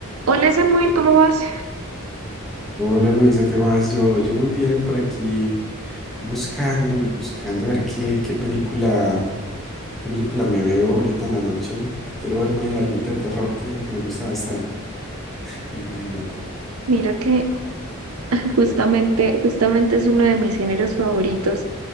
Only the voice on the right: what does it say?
Hola Samuel, ¿cómo vas?
Mira que <laughs> justamente, justamente es uno de mis géneros favoritos.